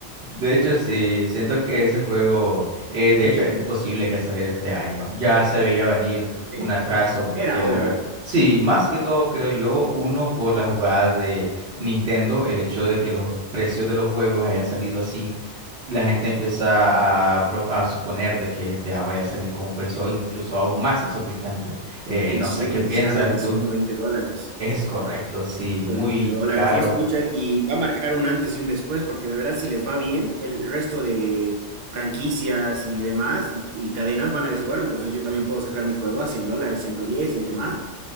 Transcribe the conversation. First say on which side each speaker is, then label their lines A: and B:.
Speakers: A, on the right; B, on the right.
A: De hecho, sí, siento que ese juego, eh, de hecho, era imposible que saliera este año. Ya se veía venir
B: Sí.
A: un atraso porque
B: Era
A: la
B: obvio.
A: ver- sí, más que todo creo yo, uno por la jugada de Nintendo, el hecho de que los precios de los juegos hayan salido así la gente empieza a, pro- a suponer de que GTA vaya a salir con un precio incluso aún más exorbitante. Eh,
B: Sí,
A: no
B: sí,
A: sé qué piensas
B: se habla de
A: tú.
B: 120 dólares.
A: Es correcto, sí, muy
B: de 20 dólares.
A: caro.
B: Y es mucha, y va a marcar un antes y un después, porque de verdad, si les va bien, el resto de franquicias y demás, y, y cadenas van a decir, bueno, entonces yo también puedo sacar mi juego a 100 dólares, 110 y demás.